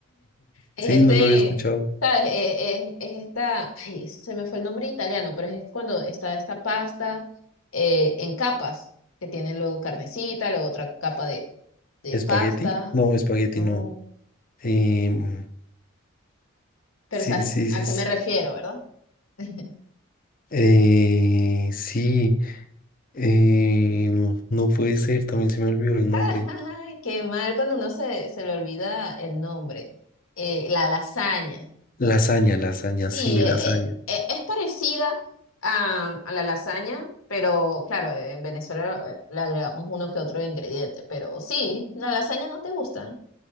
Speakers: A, on the left; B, on the left.
A: Es
B: sí,
A: Este,
B: no lo había escuchado.
A: ¿sabes? Eh, eh, Es, esta, ay, se me fue el nombre italiano, pero es cuando está esta pasta eh, en capas, que tiene luego carnecita, luego otra capa de, de
B: ¿Espagueti?
A: pasta.
B: No, espagueti
A: No,
B: no. Em,
A: Pero
B: sí,
A: sabes
B: sí,
A: a
B: sí. es-
A: qué me refiero, ¿verdad? <laughs>
B: eh, sí. Eh, no puede ser, también se me olvidó el
A: Ay,
B: nombre.
A: qué mal cuando uno se, se le olvida el nombre. Eh, la lasaña.
B: Lasaña, lasaña,
A: Sí,
B: sí, lasaña.
A: eh, eh, eh, es parecida a, a la lasaña, pero claro, en Venezuela eh, le agregamos uno que otro ingrediente. Pero sí, la lasaña no te gusta.